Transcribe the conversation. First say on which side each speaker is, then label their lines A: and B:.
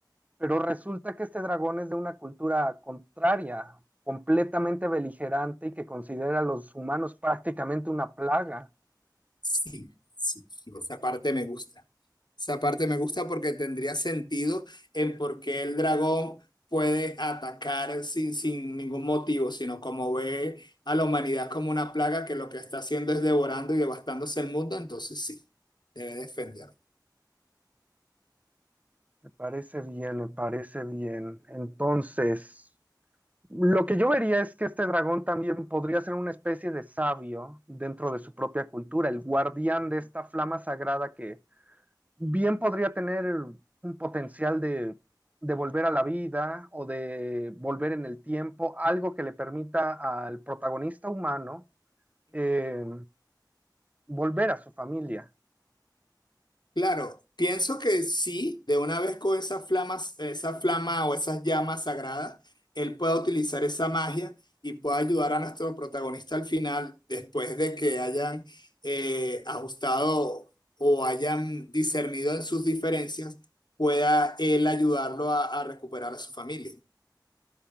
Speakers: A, on the right; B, on the left.
A: Pero resulta que este dragón es de una cultura contraria, completamente beligerante y que considera a los humanos prácticamente una plaga.
B: Sí, sí, sí, esa parte me gusta. Esa parte me gusta porque tendría sentido en por qué el dragón puede atacar sin, sin ningún motivo, sino como ve a la humanidad como una plaga que lo que está haciendo es devorando y devastándose el mundo, entonces sí, debe defenderlo.
A: Me parece bien, me parece bien. Entonces, Lo que yo vería es que este dragón también podría ser una especie de sabio dentro de su propia cultura, el guardián de esta flama sagrada que bien podría tener un potencial de, de volver a la vida o de volver en el tiempo, algo que le permita al protagonista humano eh, volver a su familia.
B: Claro, pienso que sí, de una vez con esas flamas, esa flama o esas llamas sagradas, él pueda utilizar esa magia y pueda ayudar a nuestro protagonista al final, después de que hayan eh, ajustado o hayan discernido en sus diferencias, pueda él ayudarlo a, a recuperar a su familia.